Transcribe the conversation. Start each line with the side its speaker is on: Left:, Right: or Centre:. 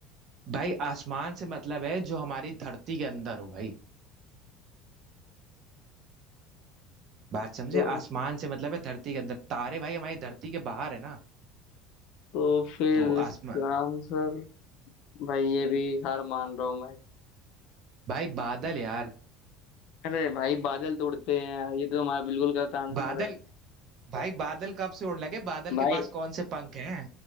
Right: भाई आसमान से मतलब है जो हमारी धरती के अंदर हो भाई बात समझे
Left: तो
Right: आसमान से मतलब है धरती के अंदर तारे भाई हमारी धरती के बाहर है ना
Left: तो फिर
Right: तो
Left: इसका
Right: आसमान
Left: आंसर भाई ये भी हार मान रहा हूं मैं
Right: भाई बादल यार
Left: अरे भाई बादल तो उड़ते हैं यार ये तो हमारा बिल्कुल गलत आंसर
Right: बादल
Left: है
Right: भाई बादल कब से उड़ने लगे बादल
Left: भाई
Right: के पास कौन से पंख हैं